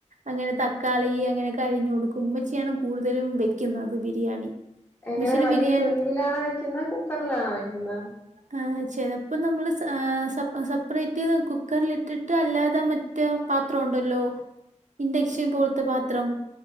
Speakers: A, on the right (about 80°); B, on the left (about 20°).
A: അങ്ങനെ തക്കാളി അങ്ങനൊക്കെ അരിഞ്ഞു കൊടുക്കും ഉമ്മച്ചിയാണ് കൂടുതലും വെക്കുന്നത് ബിരിയാണി
B: എങ്ങനെ
A: ഉമ്മച്ചിയുടെ
B: വലിയ
A: ബിരിയാണി
B: ചെമ്പിലാണോ വെക്കുന്നെ കുക്കറിലാണോ വെക്കുന്നെ
A: ആഹ് ചിലപ്പം നമ്മൾ ഏഹ് സപ് സപ്പറേറ്റ് കുക്കറിൽ ഇട്ടിട്ട് അല്ലാതെ മ റ്റെ പാത്രം ഉണ്ടല്ലോ ഇൻഡക്ഷൻ പോലത്തെ പാത്രം